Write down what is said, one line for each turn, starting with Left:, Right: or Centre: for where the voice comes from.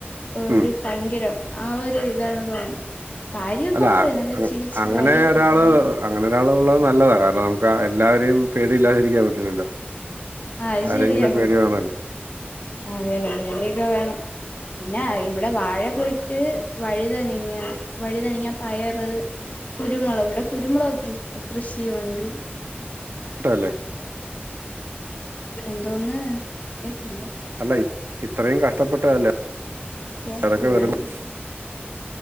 Right: ഉം.
Left: ഒരു പങ്കരം ആ ഒരു ഇതാണ് തോന്നുന്നത് കാര്യമൊക്കെ
Right: അല്ല
Left: പറയും നല്ല ചിരിച്ച്
Right: അങ്ങനെ
Left: കാര്യമൊക്കെ
Right: ഒരാള്
Left: പറയും
Right: അങ്ങനെ ഒരാൾ ഉള്ളത് നല്ലതാണ് കാരണം ന ക എല്ലാവരെയും പേടി ഇല്ലാതിരിക്കാൻ പറ്റില്ലല്ലോ
Left: ആഹ്
Right: ആരെങ്കിലും
Left: ശെരിയാണ്
Right: പേടി വേണല്ലോ
Left: ആ ഞന് പടിയൊക്കെ വേണം പിന്നെ ഇവിടെ വാഴ പോയിട്ട് വഴുതനങ്ങ വഴുതനങ്ങ, പയറ്, കുരുമുളക്, ഇവിടെ കുരുമുളക കൃഷി കൃഷിയുണ്ട്
Right: കേട്ടല്ലേ
Left: എന്തോന്ന് കേട്ടില്ലേ
Right: ഹയ് ഇത്രയും കഷ്ടപ്പെട്ടതല്ലേ
Left: കേട്ടൂടാ
Right: അതൊക്കെ വെറുതെ
Left: നേരെ